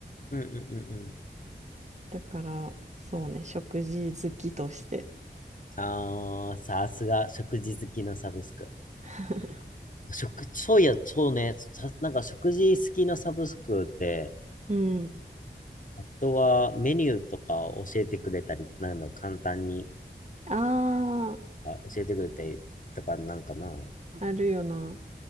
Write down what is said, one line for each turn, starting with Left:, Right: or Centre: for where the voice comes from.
Left: うんうんうんうん。
Right: だから、そうね、食事好きとして。
Left: ああ、さすが、食事好きのサブスク。
Right: <laughs>
Left: 食、そういや、そうね、さなんか食事好きのサブスクで、
Right: うん。
Left: あとはメニューとか教えてくれたり、なんだ、簡単に
Right: あ
Left: あ教えてくれたりとかなんかな。
Right: あ、あるよな。